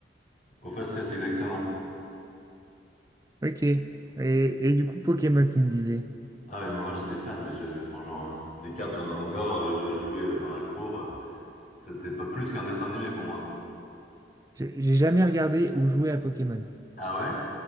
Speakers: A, on the left; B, on the right.
A: Au faciès, exactement.
B: Ok. Et, et du coup, Pokémon, tu me disais.
A: Ah ouais, moi j'étais fan, mais je, enfin, genre, euh, des cartes, j'en ai encore, euh, je jouais euh, dans la cour, euh, c'était pas plus qu'un dessin animé pour moi.
B: J'ai j'ai jamais regardé ou joué à Pokémon.
A: Ah ouais?